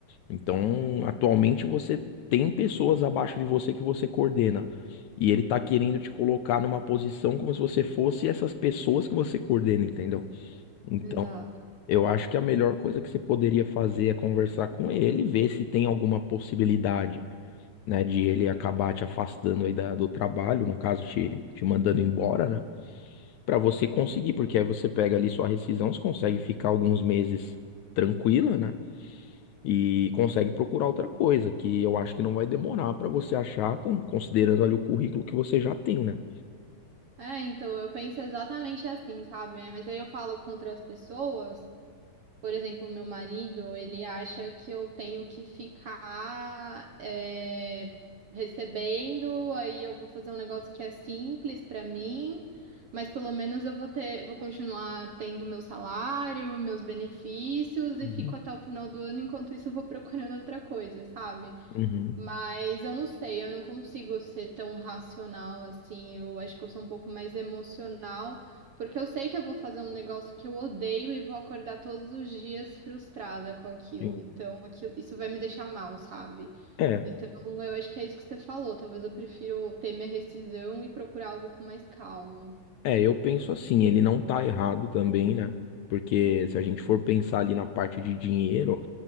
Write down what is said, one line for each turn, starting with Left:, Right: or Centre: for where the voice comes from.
Left: Então, atualmente você tem pessoas abaixo de você que você coordena. E ele tá querendo te colocar numa posição como se você fosse essas pessoas que você coordena, entendeu? Então
Right: Exato.
Left: eu acho que a melhor coisa que você poderia fazer é conversar com ele, ver se tem alguma possibilidade, né, de ele acabar te afastando aí da- do trabalho, no caso, te, te mandando embora, né, Pra você conseguir, porque aí você pega ali sua rescisão, você consegue ficar alguns meses tranquila, né, e consegue procurar outra coisa, que eu acho que não vai demorar pra você achar, con- considerando ali o currículo que você já tem, né.
Right: É, então eu penso exatamente assim, sabe? É, mas aí eu falo com outras pessoas. Por exemplo, meu marido, ele acha que eu tenho que ficar é, recebendo, aí eu vou fazer um negócio que é simples para mim, mas pelo menos eu vou ter, vou continuar tendo meu salário, meus benefícios e
Left: Uhum.
Right: fico até o final do ano, enquanto isso eu vou <laughs> procurando outra coisa, sabe?
Left: Uhum.
Right: Mas eu não sei, eu não consigo ser tão racional assim. Eu acho que eu sou um pouco mais emocional, porque eu sei que eu vou fazer um negócio que eu odeio e vou acordar todos os dias frustrada com aquilo.
Left: Sim.
Right: Então, aquilo, isso vai me deixar mal, sabe?
Left: É.
Right: Então, eu acho que é isso que você falou. Talvez eu prefiro ter minha rescisão e procurar algo com mais calma.
Left: É, eu penso assim, ele não tá errado também, né? Porque se a gente for pensar ali na parte de dinheiro,